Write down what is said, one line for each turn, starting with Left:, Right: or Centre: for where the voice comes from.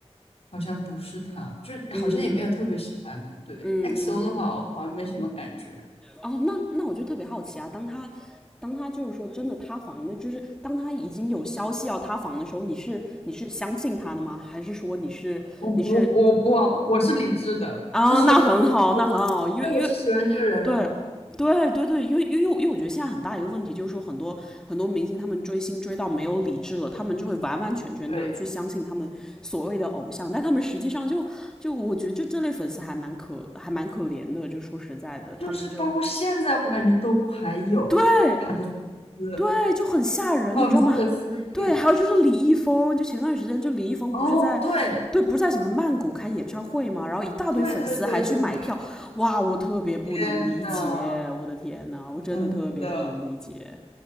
Left: 好像不是他，就是好像也没有特别喜欢的。
Centre: 嗯
Left: 对
Centre: 嗯嗯
Left: XO 的话，我好像没什么感觉。
Centre: 哦，那那我就特别好奇啊，当他当他就是说真的塌房的，就是当他已经有消息要塌房的时候，你是你是相信他的吗？还是说你是你是
Left: 我不，我不，我是理智的，
Centre: 哦，
Left: 就是我，
Centre: 那很好，
Left: 我
Centre: 那很好，因为因为
Left: 对我是喜欢这个人了。
Centre: 对。对对对，因为因为因为我觉得现在很大一个问题就是说，很多很多明星他们追星追到没有理智了，他们就会完完全全的去相信他们所谓的偶像，
Left: 对，
Centre: 但他们实际上就就我觉得就这类粉丝还蛮可还蛮可怜的，就说实在的，
Left: 就是包括现在，
Centre: 他们就
Left: 我感觉都还有他的粉丝，
Centre: 对对，就很吓人，
Left: 很不可思议。
Centre: 你知道吗？对，还有就是李易峰，就前段时间就李易峰不是在，
Left: 哦，对，
Centre: 对，不是在什么曼谷开演唱会嘛，然后一大堆粉丝还去买票，
Left: 对对对对对，
Centre: 哇，我特别不能理解，
Left: 天呐，
Centre: 我的天呐，我真的特别不能理解，
Left: 真的，